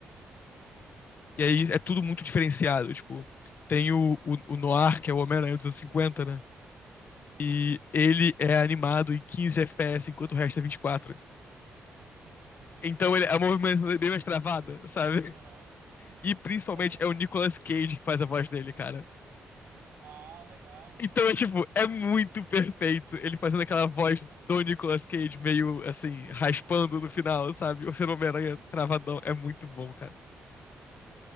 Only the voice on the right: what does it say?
Uhum,
uhum.
<laughs>
Aham.
Ah, legal.
Ah, legal.
<laughs>
Uhum.